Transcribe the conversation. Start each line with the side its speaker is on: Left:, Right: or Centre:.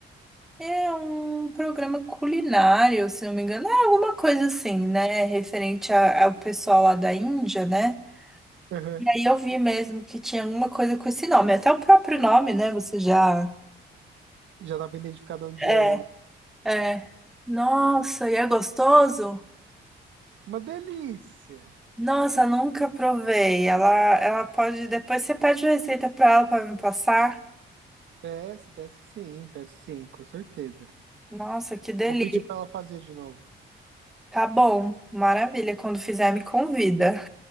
Centre: é um programa culinário, se não me engano, é alguma coisa assim, né, referente a- ao pessoal lá da Índia, né?
Right: Aham.
Centre: E aí eu vi mesmo que tinha alguma coisa com esse nome, até o próprio nome, né? Você já
Right: Já dá pra identificar de onde
Centre: é,
Right: é, né?
Centre: é. Nossa, e é gostoso?
Right: Uma delícia.
Centre: Nossa, nunca provei. Ela, ela pode. Depois você pede a receita pra ela pra me passar.
Right: Peço, peço sim, peço sim, com certeza.
Centre: Nossa, que delícia.
Right: Vou pedir pra ela fazer de novo.
Centre: Tá bom, maravilha. Quando fizer, me convida.